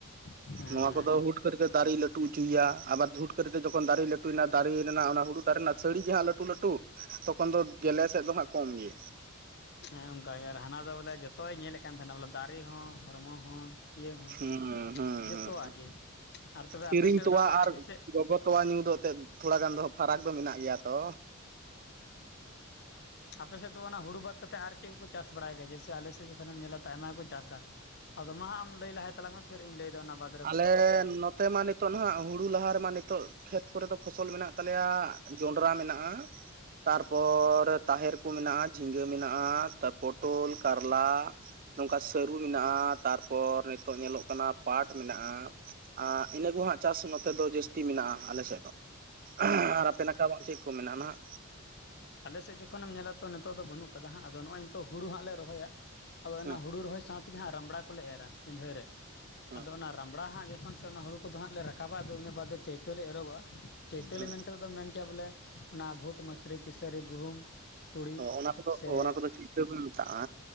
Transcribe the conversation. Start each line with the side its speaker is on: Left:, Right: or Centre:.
Left: ᱦᱮᱸ
Right: ᱱᱚᱣᱟ ᱠᱚᱫᱚ ᱦᱩᱴ ᱠᱟᱹᱨᱤᱛᱮ ᱫᱟᱨᱮ ᱞᱟᱹᱴᱩ ᱞᱟᱹᱴᱩ ᱦᱚᱪᱚᱭ ᱭᱟ ᱵᱟᱨᱷᱩᱴ ᱠᱟᱛᱮ ᱡᱚᱠᱷᱚᱱ ᱫᱟᱨᱮᱭ ᱞᱟᱹᱴᱩᱭᱮᱱᱟ᱾ ᱫᱟᱨᱮ ᱨᱮᱱᱟᱜ ᱦᱩᱲᱩ ᱫᱟᱨᱮ ᱨᱮᱱᱟᱜ ᱥᱟᱹᱲᱤ ᱡᱟᱦᱟ ᱞᱟᱹᱴᱩ ᱞᱟᱹᱴᱩ ᱛᱚᱠᱷᱚᱱ ᱫᱚ ᱜᱮᱞᱮ ᱥᱮᱫ ᱫᱚ ᱦᱟᱸᱜ ᱠᱚᱢ ᱜᱮ
Left: ᱦᱮᱸ ᱚᱱᱠᱟ ᱜᱮ ᱟᱨ ᱦᱟᱱᱟ ᱫᱚ ᱵᱚᱞᱮ ᱡᱚᱛᱚᱭ ᱧᱮᱞᱮᱫ ᱠᱟᱱ ᱛᱟᱦᱮᱱᱟ ᱵᱚᱞᱮ ᱫᱟᱨᱮ ᱦᱚᱸ ᱦᱚᱲᱢᱚ ᱦᱚᱸ ᱤᱭᱟᱹ ᱦᱚᱸ
Right: ᱦᱩᱸ ᱦᱩᱸ
Left: ᱡᱚᱛᱚᱣᱟᱜ
Right: ᱦᱩᱸ
Left: ᱜᱮ ᱟᱨ ᱛᱚᱵᱮ
Right: ᱠᱤᱨᱤᱧ
Left: ᱟᱯᱮᱥᱮᱫ
Right: ᱛᱚᱣᱟ
Left: ᱚᱱᱟ
Right: ᱟᱨ
Left: ᱡᱮᱭᱥᱮ
Right: ᱜᱚᱜᱚ ᱛᱚᱣᱟ ᱧᱩ ᱫᱚ ᱮᱱᱛᱮᱫ ᱛᱷᱚᱲᱟ ᱜᱟᱱ ᱫᱚ ᱯᱷᱟᱨᱟᱠ ᱫᱚ ᱢᱮᱱᱟᱜ ᱜᱮᱭᱟ ᱛᱚ᱾
Left: ᱟᱯᱮ ᱥᱮᱫ ᱫᱚ ᱚᱱᱟ ᱦᱩᱲᱩ ᱵᱟᱫ ᱠᱟᱛᱮᱫ ᱟᱨ ᱪᱮᱫ ᱠᱚᱠᱚ ᱪᱟᱥ ᱵᱟᱲᱟᱭ ᱜᱮᱭᱟ ᱡᱮᱭᱥᱮ ᱟᱞᱮ ᱥᱮᱫ ᱡᱚᱠᱷᱚᱱᱮᱢ ᱧᱮᱞᱟ ᱛᱚ ᱟᱭᱢᱟ ᱜᱮᱠᱚ ᱪᱟᱥᱟ ᱟᱫᱚ ᱢᱟ ᱦᱟᱸᱜ ᱟ ᱞᱟᱹᱭ ᱞᱟᱦᱟᱭ ᱛᱟᱞᱟ ᱢᱮ ᱯᱷᱤᱨ ᱤᱧ ᱞᱟᱹᱭᱮᱫᱟ ᱚᱱᱟ ᱵᱟᱫ
Right: ᱟᱞᱮ ᱱᱚᱛᱮ ᱢᱟ ᱱᱤᱛᱚᱜ ᱱᱟᱦᱟᱜ ᱦᱩᱲᱩ ᱞᱟᱦᱟ ᱨᱮᱢᱟ ᱱᱤᱛᱚᱜ ᱠᱷᱮᱛ ᱠᱚᱨᱮ ᱦᱚᱸ ᱯᱷᱚᱥᱚᱞ ᱢᱮᱱᱟᱜ ᱛᱟᱞᱮᱭᱟ ᱡᱚᱱᱰᱨᱟ ᱢᱮᱱᱟᱜᱼᱟ, ᱛᱟᱨᱯᱚᱨ ᱛᱟᱦᱮᱨ ᱠᱚ ᱢᱮᱱᱟᱜᱼᱟ, ᱡᱷᱤᱸᱜᱟᱹ ᱢᱮᱱᱟᱜᱼᱟ, ᱱᱛᱟ ᱯᱚᱴᱚᱞ ᱠᱟᱨᱞᱟ ᱱᱚᱝᱠᱟ ᱥᱟᱹᱨᱩ ᱢᱮᱱᱟᱜᱼᱟ᱾ ᱛᱟᱨᱯᱚᱨ ᱱᱤᱛᱚᱜ ᱧᱮᱞᱚᱜ ᱠᱟᱱᱟ᱾ ᱯᱟᱴ ᱢᱮᱱᱟᱜᱼᱟ ᱤᱱᱟᱹ ᱠᱚ ᱦᱜ ᱪᱟᱥ ᱱᱚᱛᱮ ᱫᱚ ᱡᱟᱹᱥᱛᱤ ᱢᱮᱱᱟᱜᱼᱟ ᱟᱞ ᱥᱮᱫ ᱫᱚ ᱟᱨ ᱟᱯᱮ ᱱᱟᱠᱟᱵ ᱪᱮᱫ ᱠᱚ ᱢᱮᱱᱟᱜᱼᱟ ᱱᱟᱦᱟᱜ
Left: ᱟᱞᱮ ᱥᱮᱫ ᱡᱚᱠᱷᱚᱱᱮᱢ ᱧᱮᱞᱟ ᱛᱚ ᱱᱤᱛᱳᱜ ᱫᱚ ᱵᱟᱹᱱᱩᱜ ᱠᱟᱫᱟ ᱦᱟᱸᱜ ᱟᱫᱚ ᱱᱚᱜᱼᱚᱭ ᱛᱚ ᱦᱳᱲᱩ ᱦᱟᱸᱜ ᱞᱮ ᱨᱚᱦᱚᱭᱟ ᱟᱫᱚ ᱚᱱᱟ
Right: ᱦᱩᱸ
Left: ᱦᱩᱲᱩ ᱨᱚᱦᱚᱭ ᱥᱟᱶᱛᱮᱜᱮ ᱦᱟᱸᱜ ᱨᱟᱢᱲᱟ ᱠᱚᱞᱮ ᱮᱨᱟ ᱯᱤᱰᱷᱟᱹ ᱨᱮ
Right: ᱦᱩᱸ
Left: ᱟᱫᱚ ᱚᱱᱟ ᱨᱟᱢᱵᱲᱟ ᱦᱟᱸᱜ ᱡᱚᱫᱤ ᱡᱚᱠᱷᱚᱱ ᱥᱮ ᱚᱱᱟ ᱦᱩᱲᱩ ᱠᱚᱫᱚ ᱦᱟᱸᱜ ᱞᱮ ᱨᱟᱠᱟᱵᱟ ᱟᱫᱚ ᱤᱱᱟᱹ ᱵᱟᱫ ᱫᱚ ᱪᱟᱹᱭᱛᱟᱹᱞ ᱞᱮ ᱮᱨᱚᱵᱚᱜᱼᱟ᱾ ᱪᱟᱹᱭᱛᱟᱹᱞ
Right: ᱦᱩᱸ
Left: ᱞᱮ ᱢᱮᱱ ᱠᱟᱛᱮ ᱫᱚ ᱢᱮᱱ ᱠᱮ ᱵᱚᱞᱮ ᱚᱱᱟ ᱵᱷᱩᱴ ᱢᱤᱥᱨᱤ ᱠᱤᱥᱟᱹᱨᱤ ᱜᱩᱦᱩᱢ ᱛᱩᱲᱤ
Right: ᱚ ᱚᱱᱟ ᱠᱚᱫᱚ
Left: ᱥᱮ
Right: ᱚᱱᱟ ᱠᱚᱫᱚ ᱪᱮᱫ ᱯᱮ ᱵᱚᱱ ᱢᱮᱛᱟᱜᱼᱟ